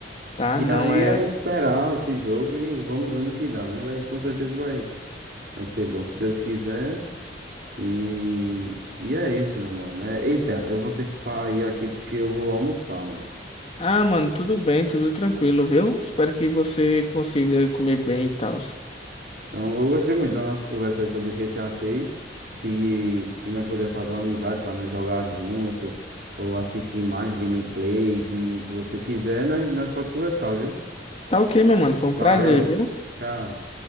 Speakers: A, on the left; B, on the right.
A: tá?
B: E
A: Não
B: aí
A: é.
B: é esperar esse jogo e vamos ver no que dá, né? Vai, com certeza vai, vai ser bom, se Deus quiser. E, e é isso, meu mano. É, eita, eu vou ter que sair aqui porque eu vou almoçar, mano.
A: Ah, mano, tudo bem, tudo tranquilo, viu? Espero que você consiga comer bem e tal.
B: Então, eu gostei muito da nossa conversa aí sobre o GTA seis Se, se nós puder fazer uma amizade para nós jogar junto ou assistir mais gameplays. E se você quiser, nós, nós pode conversar, viu?
A: Tá ok, meu mano, foi um
B: Valeu,
A: prazer, viu?
B: tchau.